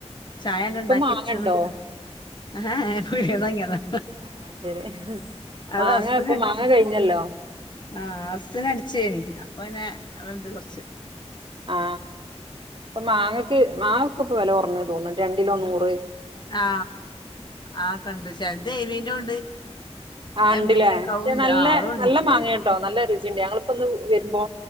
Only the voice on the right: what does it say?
ആഹ്
ഇപ്പൊ
മാങ്ങ ഇണ്ടോ
ആഹ് ശരി
മാങ്ങ
ഇപ്പൊ
മാങ്ങ കഴിഞ്ഞല്ലോ
ആ അപ്പൊ മാങ്ങക്ക് മാങ്ങക്ക് ഇപ്പൊ വില കുറഞ്ഞു തോന്നണുണ്ട് രണ്ടിലോ ന്നൂറ്
ആഹ് ഉണ്ടില്ലേ
പക്ഷെ നല്ല
നല്ല
മാങ്ങയാട്ടോ നല്ല രുചിയുണ്ട് ഞങ്ങലിപോ ഇന്ന് <unintelligible> വരുമ്പോ